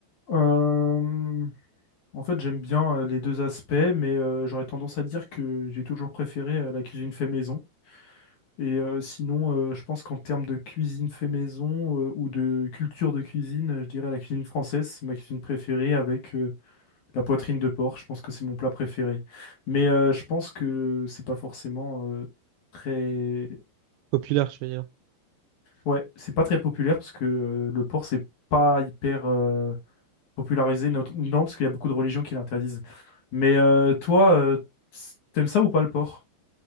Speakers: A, on the left; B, on the right.
A: Euh, En fait, j'aime bien euh, les deux aspects, mais euh, j'aurais tendance à dire que j'ai toujours préféré euh, la cuisine fait maison. Et euh, sinon, euh, je pense qu'en termes de cuisine fait maison euh, ou de culture de cuisine, euh, je dirais la cuisine française, c'est ma cuisine préférée avec euh, La poitrine de porc, je pense que c'est mon plat préféré. Mais euh, je pense que c'est pas forcément euh, très.
B: Populaire, je veux dire.
A: Ouais, c'est pas très populaire parce que euh, le porc, c'est pas hyper euh, popularisé. Not- Non, parce qu'il y a beaucoup de religions qui l'interdisent. Mais euh, toi, euh, t'aimes ça ou pas le porc?